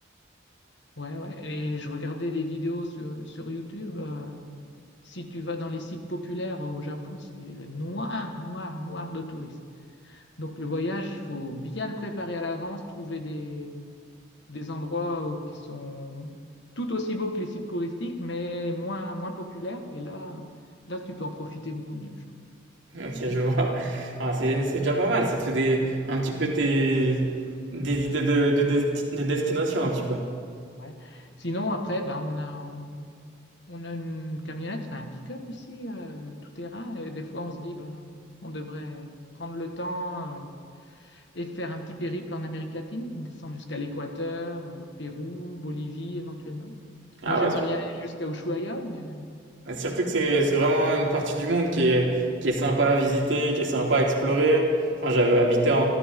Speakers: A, on the left; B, on the right.
A: Ouais, ouais. Et je regardais des vidéos sur, sur YouTube. euh, si tu vas dans les sites populaires au Japon, c'est noir, noir, noir de touristes. Donc le voyage, il faut bien le préparer à l'avance, trouver des, des endroits euh, qui sont tout aussi beaux que les sites touristiques, mais moins, moins populaires. Et là, là, tu peux en profiter beaucoup mieux, je pense.
B: Ok, je vois. Ah, c'est, c'est déjà pas mal. Ça te fait des, un petit peu tes, des idées de, de, desti- de destination un petit peu.
A: Ouais. Sinon, après, ben, on a, On a une camionnette, enfin un pick-up ici, euh, tout terrain. Et des fois, on se dit, ben, on devrait prendre le temps euh, et faire un petit périple en Amérique latine, descendre jusqu'à l'Équateur, euh, Pérou, Bolivie éventuellement.
B: Ah
A: Moi, j'aimerais
B: ouais,
A: bien aller jusqu'à Ushuaïa, mais
B: Et Surtout que c'est c'est vraiment une partie du monde qui est, qui est sympa à visiter, qui est sympa à explorer. Enfin, j'avais habité en,